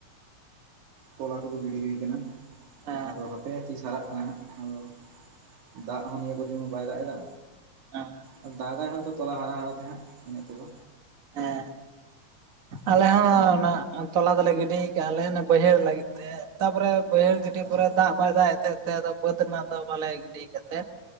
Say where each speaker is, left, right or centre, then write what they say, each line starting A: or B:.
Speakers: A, on the right; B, on the right.
A: ᱛᱚᱞᱟ ᱠᱚᱫᱚ ᱜᱤᱰᱤ ᱦᱩᱭ ᱠᱟᱱᱟ
B: ᱦᱮᱸ
A: ᱟᱫᱚ ᱦᱟᱯᱮ ᱛᱤᱥ ᱦᱟᱨᱟᱜ ᱠᱟᱱᱟ ᱦᱟᱸᱜ᱾ ᱟᱫᱚ ᱫᱟᱜ ᱦᱚᱸ ᱱᱤᱭᱟᱹ ᱵᱟᱨ ᱫᱚ ᱡᱮᱢᱚᱱ ᱵᱟᱭ ᱫᱟᱜ ᱮᱫᱟ᱾
B: ᱦᱮᱸ
A: ᱟᱫᱚ ᱫᱟᱜᱟᱭ ᱦᱚᱭᱛᱳ᱾ ᱛᱚᱞᱟ ᱦᱟᱨᱟ ᱦᱟᱨᱟ ᱛᱮ ᱦᱟᱸᱜ, ᱤᱱᱟᱹᱜ ᱛᱮᱫᱚ᱾
B: ᱦᱮᱸ᱾ ᱟᱞᱮ
A: ᱦᱳᱭ
B: ᱦᱚᱸ ᱱᱟᱜ ᱛᱚᱞᱟ ᱫᱚᱞᱮ ᱜᱤᱰᱤᱭ ᱟᱠᱟᱫᱼᱟ ᱞᱮ ᱚᱱᱟ ᱵᱟᱹᱭᱦᱟᱹᱲ ᱞᱟᱹᱜᱤᱫ ᱛᱮ, ᱛᱟᱯᱚᱨᱮ ᱵᱟᱹᱭᱦᱟᱹᱲ ᱜᱤᱰᱤ
A: ᱟᱪᱪᱷᱟ
B: ᱯᱚᱨᱮ ᱫᱟᱜ ᱵᱟᱭ ᱫᱟᱜ ᱮᱫ ᱛᱟᱦᱮᱸ ᱛᱮ ᱟᱫᱚ ᱵᱟᱹᱫᱽ ᱮᱱᱟ ᱫᱚ ᱵᱟᱞᱮ ᱜᱤᱰᱤᱭ ᱠᱟᱛᱮᱫ